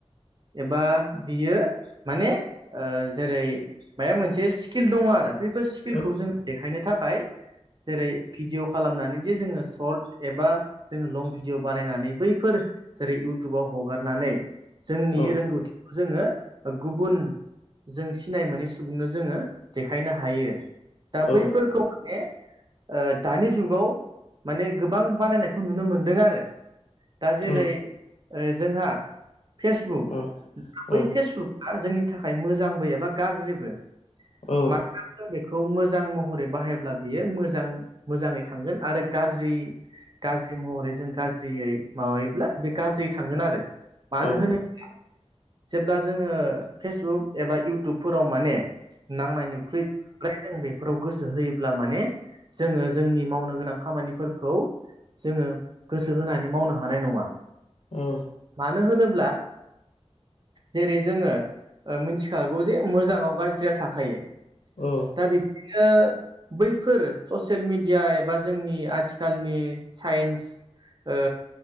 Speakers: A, on the right; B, on the left.
A: एबा बियो माने ओ जेरै माया मोनसे स्किल दङ आरो बैफोर स्किलखौ
B: औ
A: जों देखायनो थाखाय जेरै भिडिय' खालामनानै जे जोङो सर्ट एबा जोङो लं भिडिय' बानायनानै बैफोर जेरै इउटुबाव हगारनानै जोंनि
B: औ
A: रोंगौथिखौ जोङो गुबुन जों सिनाय मोनै सुबुंनो जोङो देखायनो हायो दा
B: औ
A: बैफोरखौ माने ओ दानि जुगाव माने गोबां बानायनायखौ नुनो मोनदों आरो। दा जेरै
B: उम
A: जोंहा फेसबुक
B: औ औ
A: बै फेसबुक जोंनि थाखाय मोजांबो एबा गाज्रिबो
B: औ
A: मानोना बेखौ मोजां महरै बाहायोब्ला बियो मोजां मोजाङै थांगोन आरो गाज्रि गाज्रि महरै जों गाज्रियै माबायोब्ला बे गाज्रि थांगोन आरो। मानो
B: औ
A: होनोब्ला जेब्ला जोङो फेसबुक एबा इउटुबफोराव माने नांनायनिख्रुइ ओमफ्राय जों बेफोराव गोसो होयोब्ला माने जोङो जोंनि मावनो गोनां खामानिफोरखौ जोङो गोसो होनानै मावनो हानाय नङा
B: औ
A: मानो होनोब्ला जेरै जोङो ओ मिथिखागौ जे मोजाङाव गाज्रिया थाखायो।
B: औ।
A: दा बिदिनो बैफोर ससियेल मिडिया एबा जोंनि आथिखालनि साइन्स ओ